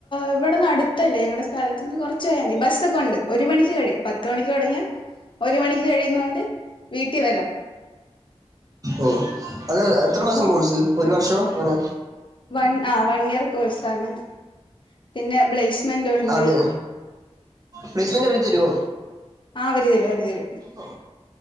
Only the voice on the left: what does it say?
ഇവിടെന്ന് അടുത്തല്ലേ ഞങ്ങളടെ സ്ഥലത്ത് അന്ന് കുറച്ച പോയാൽതി ബസ്സ ഒക്കെ ഉണ്ട് ഒരു മണിക്ക് കഴിയ പത്ത മണി തുടങ്ങിയ ഒരു മണിക്ക് കഴി ന്നൊണ്ട് വീട്ടിൽ വരാം
വൺ ആ വൺ ഇയർ കോഴ്സ്ാണ് പിന്നെ പ്ലെസ്മെന്റ് ഉണ്ട്.
ആ അവര് തരും അവര് തരും